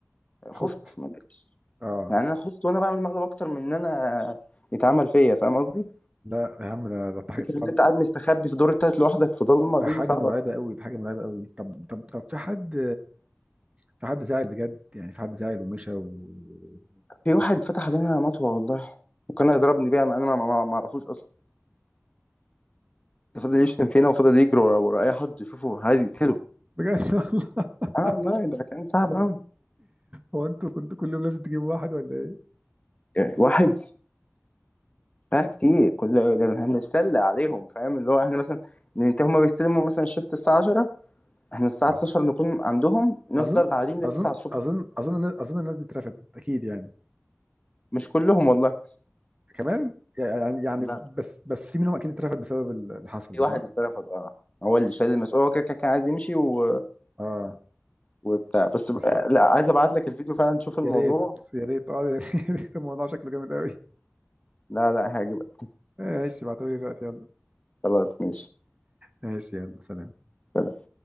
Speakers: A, on the right; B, on the left.
A: خفت
B: خفت ما جبتش
A: اه
B: يعني انا خفت وانا بعمل مقلب اكتر من ان انا يتعمل فيا فاهم قصدي؟
A: لا يا عم ده ده ده حاجه
B: فكره
A: طب
B: ان انت قاعد مستخبي في دور التالت لوحدك في ضلمه
A: ده
B: دي
A: حاجه
B: صعبه
A: مرعبه قوي ده حاجه مرعبه قوي طب طب طب في حد في حد زعل بجد يعني في حد زعل ومشى و...
B: في
A: <laughs>
B: واحد فتح علينا مطوة والله وكان هيضربني بيها انا ما ما ما اعرفوش اصلا ده فضل يشتم فينا وفضل يجري ورا ورا اي حد يشوفه عايز يقتله
A: بجد والله
B: اه والله ده كان صعب قوي
A: هو انتوا كنتوا كل يوم لازم تجيبوا واحد ولا ايه؟
B: يعني واحد بقى كتير كل ده احنا بنتسلى عليهم فاهم اللي هو احنا مثلا ننتهي هما بيستلموا مثلا الشفت الساعة 10 احنا الساعة
A: آه.
B: 12 نكون عندهم نفضل
A: اظن
B: قاعدين لل
A: اظن
B: 9 الصبح
A: اظن اظن الناس- اظن الناس دي اترفدت اكيد يعني
B: مش كلهم والله
A: كمان يعني يعني
B: لا
A: بس بس في منهم اكيد اترفد بسبب اللي حصل
B: في
A: ده
B: واحد
A: صح؟
B: اترفض اه هو اللي شال المسؤولية هو كده كده كان عايز يمشي و...
A: اه
B: وبتاع بس ب...
A: بس يا
B: لا عايز ابعت لك الفيديو فعلا تشوف الموضوع
A: ريت يا ريت اه يا ريت <laughs> الموضوع شكله جامد قوي
B: لا لا هيعجبك
A: ماشي ابعتولي دلوقتي يلا
B: خلاص ماشي
A: ماشي يلا سلام
B: سلام.